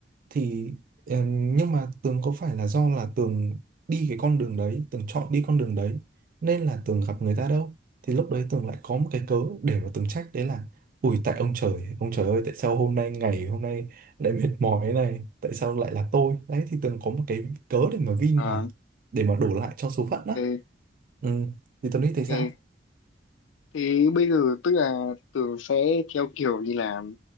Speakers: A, on the right; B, on the left.
A: thì ờ, nhưng mà Tường có phải là do là Tường đi cái con đường đấy Tường chọn đi con đường đấy nên là Tường gặp người ta đâu thì lúc đấy Tường lại có một cái cớ để mà Tường trách đấy là ủi tại ông trời ông trời ơi tại sao hôm nay ngày hôm nay lại mệt mỏi thế này tại sao lại là tôi đấy thì Tường có một cái cớ để mà vin
B: à
A: vào để mà đổ lại cho số phận
B: ok
A: đó ừ. thì Tường nghĩ thấy sao
B: ok thế bây giờ tức là Tường sẽ theo kiểu như là